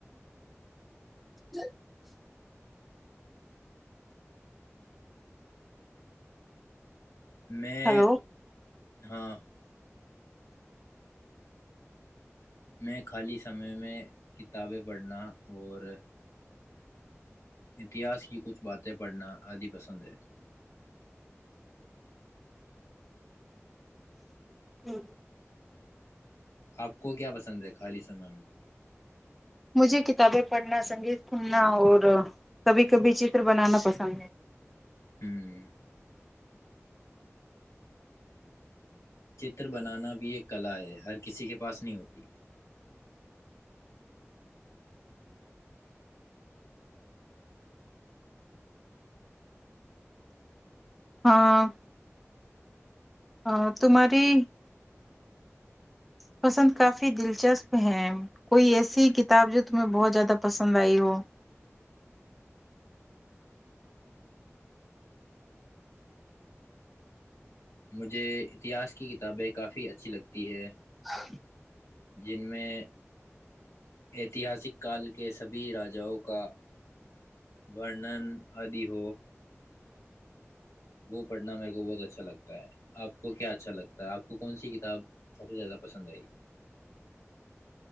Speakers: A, in the centre; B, on the left (about 80°).
A: ج
B: میں
A: ہلو
B: ہاں میں خالی سمے میں کتابیں پڑھنا اور اتہس کی کچھ باتیں پڑھنا عادی پسند ہے
A: ا
B: آپ کو کیا پسند ہے خالی سمے میں؟
A: مجھے کتابیں پڑھنا سنگیت سننا اور کبھی کبھی چتر بنانا پسند ہے
B: ہوں چتر بنانا بھی ایک کلا ہے ہر کسی کے پاس نہیں ہوتی
A: ہاں ا تمہاری پسند کافی دلچسپ ہے کوئی ایسی کتاب جو تمہیں بہت زیادہ پسند آئی ہو
B: مجھے اتہاس کی کتابیں کافی اچھی لگتی ہے
A: <unintelligible>
B: جن میں ایتہاسک کال کے سبھی راجاؤں کا ورنن آدی ہو وہ پڑھنا میرے کو بہت اچھا لگتا ہے آپ کو کیا اچھا لگتا ہے آپ کو کون سی کتاب سب سے زیادہ پسند آئی